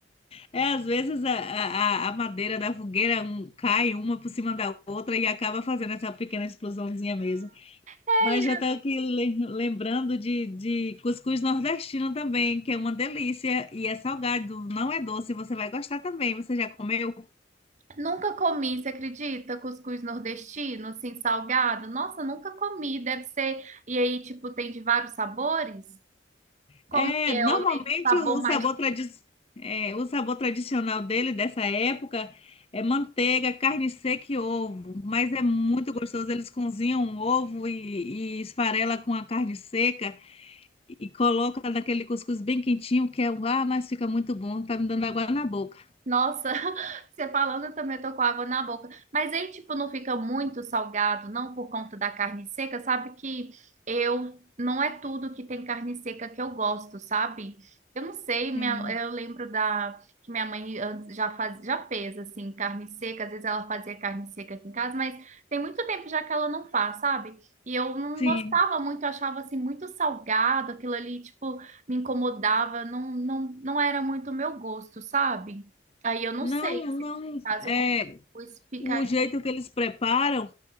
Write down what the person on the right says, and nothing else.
É,
Nunca comi, você acredita? Cuscuz nordestino, assim, salgado? Nossa, nunca comi, deve ser. E aí, tipo, tem de vários sabores? Como
que é?
Ou tem sabor
mais.
Nossa, <laughs> você falando, eu também tô com água na boca. Mas aí, tipo, não fica muito salgado, não por conta da carne seca. Sabe que eu não é tudo que tem carne seca que eu gosto, sabe? Eu não sei, minha-
eu lembro da que minha mãe antes já faz, já fez assim carne seca. Às vezes ela fazia carne seca aqui em casa, mas tem muito tempo já que ela não faz, sabe? E eu não
gostava muito, eu achava assim muito salgado, aquilo ali, tipo, me incomodava. Não, não, não era muito o meu gosto, sabe? Aí eu não
sei se
caso
com cuscuz ficaria.